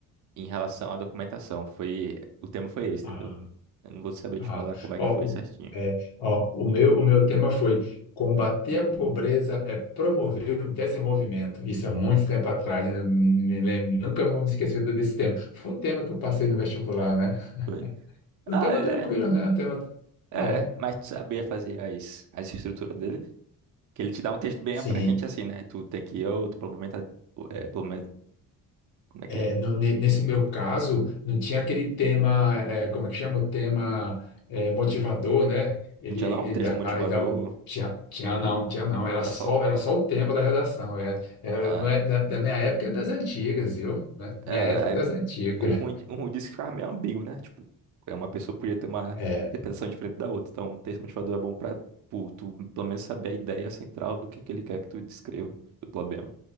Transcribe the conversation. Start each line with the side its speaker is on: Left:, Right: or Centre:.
Right: em relação à documentação. Foi, o tema foi esse,
Left: Ah.
Right: entendeu? Eu não vou saber
Left: Ah,
Right: te falar como é
Left: ó,
Right: que foi certinho.
Left: o, é, ó, o meu, o meu tema foi combater a pobreza é promover o desenvolvimento. Isso há muito tempo atrás, né? Me lembro, nunca vou me esquecer do- desse tema. Foi um tema que eu passei no vestibular, né?
Right: Foi.
Left: O
Right: Ah,
Left: tema
Right: ele
Left: tranquilo,
Right: é.
Left: né? O tema,
Right: É,
Left: é,
Right: mas tu sabia fazer as, as estruturas dele? Que ele te dá um texto bem
Left: sim.
Right: abrangente assim, né? Tu tem que ir, ou tu complementa, é, complementa- como é que
Left: É,
Right: é?
Left: no- ne- nesse meu caso, não tinha aquele tema, é, como é que chama? O tema é, motivador, né? Ele,
Right: Não tinha
Left: ele
Right: não? Texto
Left: dá,
Right: motivador,
Left: ele dá um. Tinha, tinha não, tinha não. Era
Right: era
Left: só,
Right: só.
Left: era só o tema da redação. É, é,
Right: Ah,
Left: não é- da da minha época é das antigas, viu? Né? Minha
Right: é,
Left: época
Right: aí,
Left: é das antigas.
Right: o ruim, de- o ruim disso é que ficava meio ambíguo, né? Tipo, é uma pessoa podia ter uma
Left: É.
Right: interpretação diferente da outra. Então, o texto motivador é bom pra, tipo, tu pelo menos saber a ideia central do que que ele quer que tu descreva do problema.